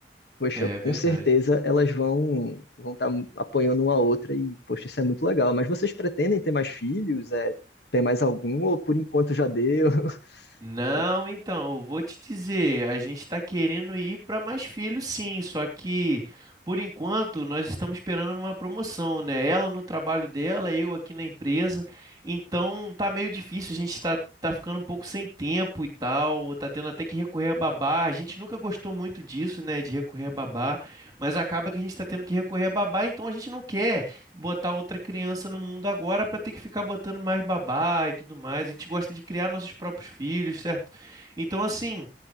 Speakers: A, on the left; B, on the right.
A: Poxa,
B: é
A: com
B: verdade.
A: certeza elas vão vão estar apoiando uma outra e, poxa, isso é muito legal. Mas vocês pretendem ter mais filhos? É, ter mais algum? Ou por enquanto já deu? <laughs>
B: Não,
A: Ou-
B: então, eu vou te dizer, a gente está querendo ir para mais filhos, sim, só que por enquanto nós estamos esperando uma promoção, né? Ela no trabalho dela, eu aqui na empresa, então tá meio difícil, a gente tá, tá ficando um pouco sem tempo e tal, tá tendo até que recorrer a babá. A gente nunca gostou muito disso, né, de recorrer a babá, mas acaba que a gente tá tendo que recorrer a babá, então a gente não quer botar outra criança no mundo agora para ter que ficar botando mais babá e tudo mais. A gente gosta de criar nossos próprios filhos, certo? Então, assim,